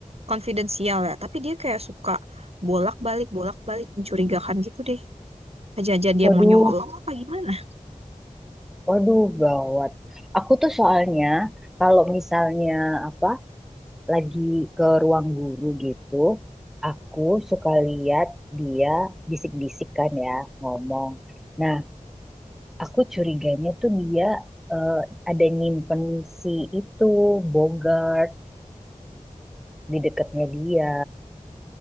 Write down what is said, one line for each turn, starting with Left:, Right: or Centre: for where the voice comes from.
Right: konfidensial ya. Tapi dia kayak suka bolak-balik bolak-balik mencurigakan gitu deh. aja-aja dia
Centre: Waduh,
Right: mau nyolong apa gimana
Centre: Waduh, gawat. Aku tuh soalnya kalau misalnya apa lagi ke ruang guru gitu, aku suka lihat dia bisik-bisik kan ya ngomong. Nah, aku curiganya tuh dia eh, ada nyimpen si itu Bogart di dekatnya dia.